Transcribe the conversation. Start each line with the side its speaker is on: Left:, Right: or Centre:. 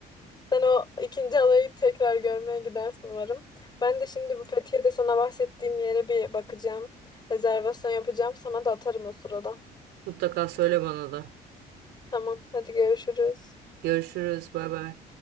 Left: Sen o ikinci halayı tekrar görmeye gidersin umarım. Ben de şimdi bu Fethiye'de sana bahsettiğim yere bir bakacağım. Rezervasyon yapacağım. Sana da atarım o sırada.
Right: Mutlaka söyle bana da.
Left: Tamam, hadi görüşürüz.
Right: Görüşürüz. Bay bay.